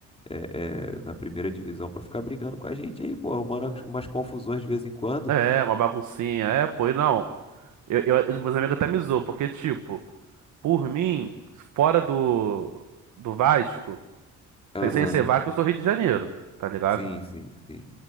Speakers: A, on the left; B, on the right.
A: é, é, na primeira divisão, para ficar brigando com a gente aí, pô, arrumando umas umas confusões de vez em quando.
B: é, é uma baguncinha. É, pô, e não. Eu, eu- os meus amigos até me zoam, porque, tipo, por mim, fora do, do Vasco.
A: Aham,
B: Sem, sem ser Vasco, eu sou Rio de Janeiro, tá ligado?
A: Sim, sim, sim.